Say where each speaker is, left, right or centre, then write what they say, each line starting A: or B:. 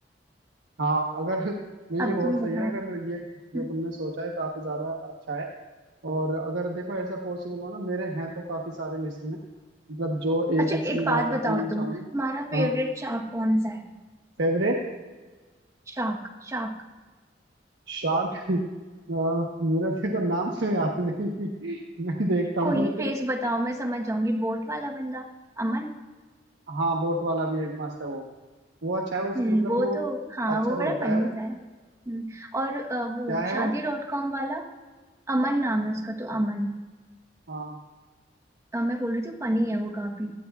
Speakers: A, on the right; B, on the right.
A: हाँ अगर नहीं
B: अब
A: ये बहुत
B: तुम
A: सही
B: बताओ
A: है अगर ये
B: हम्म।
A: जो तुमने सोचा है काफी ज्यादा अच्छा है और अगर देखो ऐसा पॉसिबल हो ना मेरे हैं तो काफी सारे लिस्ट में मतलब जो
B: अच्छा
A: एक एक से
B: एक
A: मैं
B: बात
A: जा करके
B: बताओ
A: लेना चाहूंगा
B: तुम तुम्हारा फेवरेट
A: हाँ
B: शार्क कौन सा है
A: Favourite
B: Shark shark
A: shark <laughs> मुझे देखो नाम से याद नहीं <laughs> मैं देखता हूँ
B: कोई नहीं
A: लेकिन
B: फेस बताओ मैं समझ जाऊंगी बोट वाला बंदा अमन
A: हाँ बोट वाला भी है मस्त है वो वो अच्छा है उस
B: हम्म
A: मतलब
B: वो
A: वो
B: तो हाँ
A: अच्छा
B: वो
A: बोलता
B: बड़ा फनी
A: है वो
B: सा है हम्म, और अ, वो
A: क्या है
B: शादी
A: वो
B: डॉट कॉम वाला अमन नाम है उसका तो अमन
A: हाँ
B: अ, मैं बोल रही थी फनी है वो काफी